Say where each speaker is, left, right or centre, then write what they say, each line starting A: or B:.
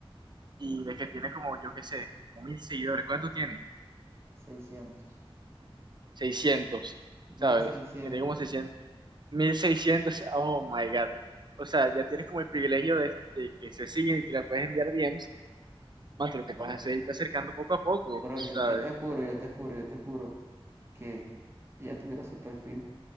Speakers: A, on the right (about 50°); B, on the right (about 25°).
A: y de que tiene como, yo qué sé, como mil seguidores. ¿Cuánto tiene?
B: seiscientos
A: 600,
B: mil
A: ¿sabes?
B: seiscientos
A: Que tiene como seiscientos? Mil seiscientos. Oh my God. O sea, ya tienes como el privilegio de, de que se siguen y que le puedes enviar DMs Mate, lo que
B: Bro,
A: pasa es que se está acercando poco a poco,
B: bro,
A: ¿sabes?
B: yo, yo te juro, yo te juro, yo te juro que ella tuviera ese perfil